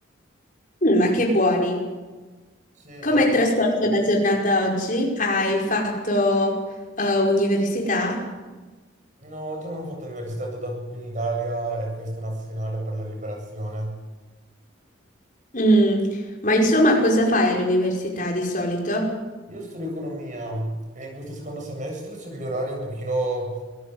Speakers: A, on the left (about 40°); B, on the right (about 40°).
A: Mm, ma che buoni.
B: Sì, era...
A: Come hai trascorso la giornata oggi? Hai fatto eh, università?
B: No, oggi non ho fatto l'università, dato che qui in Italia è festa nazionale per la liberazione.
A: Mm, Ma insomma, cosa fai all'università di solito?
B: Io studio economia e in questo secondo semestre c'è gli orari un pochino